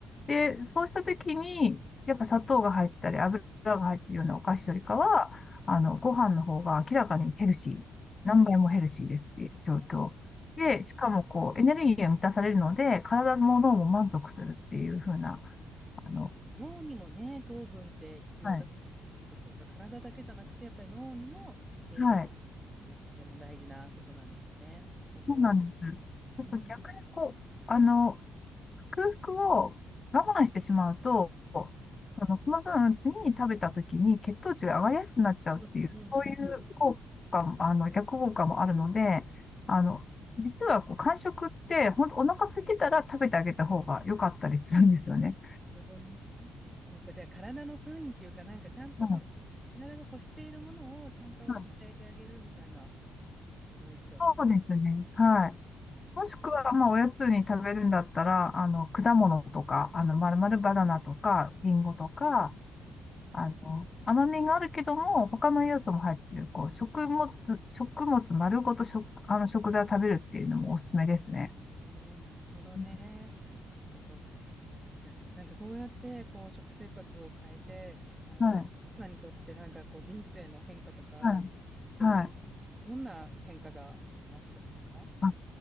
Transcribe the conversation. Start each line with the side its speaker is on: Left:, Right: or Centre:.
Left: で、そうした時に、やっぱ砂糖が入ったり油が入ってるようなお菓子よりかは、
Right: う
Left: あの、ご飯の方が明らかにヘルシー、何倍もヘルシーですっていう状況。
Right: んね
Left: で、
Right: え
Left: しかもこう、エネルギーが満たされるので、体も脳も満足するっていう風な、あの、
Right: 脳にもね、糖分って必要だって言いますけど、
Left: はい。
Right: そうか、体だけじゃなくて、やっぱり脳にも栄養
Left: はい。
Right: がつくのも大事なことなんですね。なるほど。
Left: そうなんです。
Right: うん、
Left: やっぱ逆にこう、
Right: うん、
Left: あの、空腹を我慢してしまうと、その、その分、次に食べた時に血糖値が上がりやすくなっちゃうっていう、
Right: うん、うん
Left: そういう効果も、あの、逆効果もあるので、あの、実はこう、間食って、本当お腹空いてたら食べてあげた方が良かったりするんですよね。
Right: なるほどね。そうか、じゃあ体のサインっていうか、なんかちゃんとその、
Left: うん
Right: 体が欲しているものをちゃんと与えてあげるみたいな、
Left: うん
Right: が大事だと。
Left: そうですね。はい。もしくは、
Right: うん。
Left: まあ、おやつに食べるんだったら、あの、果物とか、あの、まるまるバナナとか、リンゴとか、あの、甘みがあるけども、他の要素も入ってる、こう、食物、食物丸ごと食、あの、食材を食べるっていうのもおすすめですね。
Right: ええなるほどね。
Left: うん
Right: そっかそっか。じゃあ、なんかそうやって、こう、食生活を変えて、あの、
Left: はい、
Right: さんにとってなんかこう、人生の変化とか、
Left: はい、
Right: なんか、とか、
Left: はい、はい。
Right: どんな変化がありましたか
Left: あ、